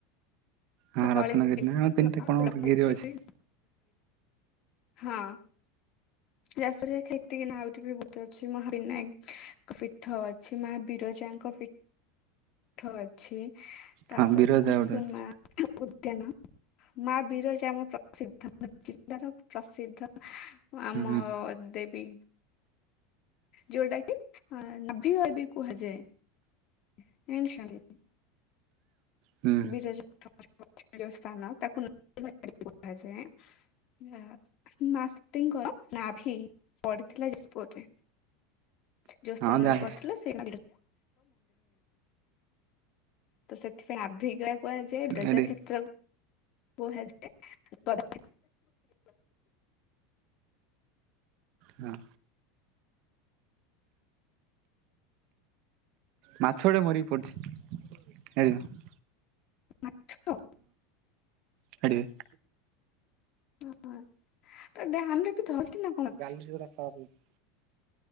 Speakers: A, on the right; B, on the left.
A: ହଁ
B: ଲଳିତଗିରି
A: ରତ୍ନଗିରି ନା ଆମ ତିନିଟା କଣ
B: ଲଳିତଗିରି
A: ଗୋଟେ ଗିରି ଅଛି।
B: ହଁ। ଯାଜପୁରରେ ଖେତିକି ନୁହେଁ ଆହୁରି ବି ଗୋଟେ ଅଛି ମହା ବିିନାୟକ ପୀଠ ଅଛି ମା ବିରଜାଙ୍କ ପୀଠ ପୀଠ ଅଛି ତା
A: ହଁ
B: ସଇତ
A: ବିରଜା
B: କୁସୁମା
A: ଗୋଟେ ଅଛି
B: ଉଦ୍ୟାନ। ମା ବିରଜା ଆମ ପ୍ରସିଦ୍ଧ ଜିଲ୍ଲାର ପ୍ରସିଦ୍ଧ। ଆମ
A: ହୁଁ
B: ଦେବୀ ଯୋଉଟା କି ଅ ନାଭି ଗୟା ବି କୁହାଯାଏ। <unintelligible>
A: ହୁଁ
B: <unintelligible> ସ୍ଥାନ ତାକୁ ନାଭିଗୟା କୁହାଯାଏ। <unintelligible> ନାଭି ପଡିଥିଲା ଯଜପୁରରେ। ଯୋଉ ସ୍ଥାନରେ
A: ହଁ ଜାଣିଛି
B: ପଡିଥିଲା ସେ <unintelligible> କୁହାଯାଏ ବୀରଜା
A: ଏଠି
B: କ୍ଷେତ୍ର କୁହାଯାଏ
A: ହଁ। ମାଛ ଉଡ଼ା ମରିକି ପଡ଼ିଚି। ଛାଡ଼ିବ ହଁ
B: ମାଛ
A: ଛାଡ଼ିବେ।
B: <unintelligible>
A: <unintelligible>